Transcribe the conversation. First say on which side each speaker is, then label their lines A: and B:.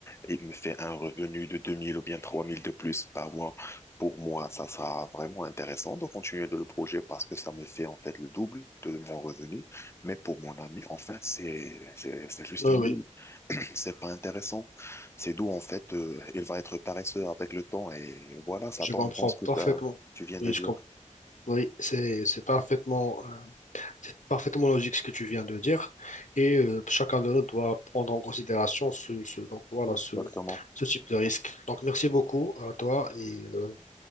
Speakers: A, on the left; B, on the left.
A: et me fait un revenu de 2000 ou bien 3000 de plus par mois, pour moi, ça sera vraiment intéressant de continuer de le projet parce que ça me fait, en fait, le double de mon revenu. Mais pour mon ami, enfin, c'est, c'est, c'est juste
B: oui,
A: nul.
B: oui,
A: C'est pas intéressant. C'est d'où, en fait, euh, il va être paresseux avec le temps et voilà, ça
B: je
A: tombe
B: comprends
A: dans ce
B: parfaitement.
A: que t'as- tu viens
B: Oui,
A: de dire.
B: je comprends. Oui, c'est, c'est parfaitement. euh, C'est parfaitement logique ce que tu viens de dire. Et euh, chacun de nous doit prendre en considération ce, ce- donc, voilà,
A: Exactement.
B: ce, ce type de risque. Donc, merci beaucoup à toi et euh,